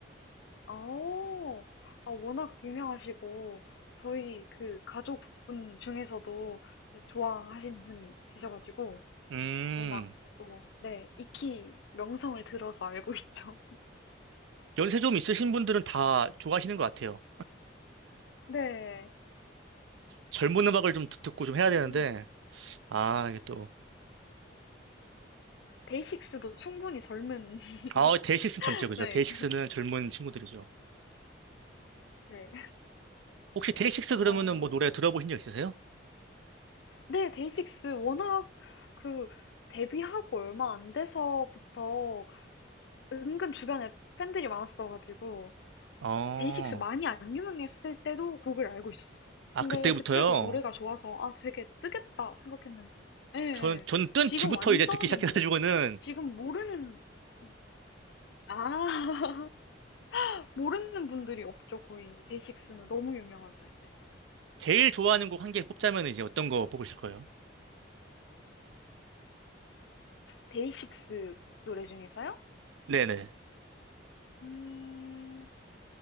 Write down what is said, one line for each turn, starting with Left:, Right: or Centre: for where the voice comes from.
Left: 어, 아, 워낙 유명하시고, 저희 그 가족분 중에서도 이제 좋아하시는 분이 계셔가지고,
Right: 음.
Left: 워낙 또, 네, 익히 명성을 들어서 알고 <laughs> 있죠.
Right: 연세 좀 있으신 분들은 다 좋아하시는 것 같아요.
Left: 네.
Right: 젊은 음악을 좀 듣- 듣고 좀
Left: 음,
Right: 해야 되는데 아, 이게 또
Left: 데이식스도 충분히 젊은,
Right: 아, 데이식스는 젊죠.
Left: <laughs>
Right: 그죠?
Left: 네,
Right: 데이식스는 젊은 친구들이죠.
Left: 네.
Right: 혹시 데이식스 그러면은
Left: 어,
Right: 뭐 노래 들어보신 적 있으세요?
Left: 네, 데이식스 워낙 그 데뷔하고 얼마 안 돼서부터 은근 주변에 팬들이 많았어가지고
Right: 어.
Left: 데이식스 많이 안 유명했을 때도 곡을 알고 있었어요.
Right: 아,
Left: 근데
Right: 그때부터요?
Left: 그때도 노래가 좋아서 아 되게 뜨겠다 생각했는데 예, 예.
Right: 전, 전뜬
Left: 지금
Right: 뒤부터
Left: 완전히
Right: 이제 듣기 시작해가지고는
Left: 뭐 지금 모르는 어, 아 <laughs> 모르는 분들이 없죠 거의 데이식스는 너무 유명하죠 이제
Right: 제일 좋아하는 곡 한 개 뽑자면 이제 어떤 거 뽑으실 거예요?
Left: 데이식스 노래 중에서요?
Right: 네네.
Left: 음,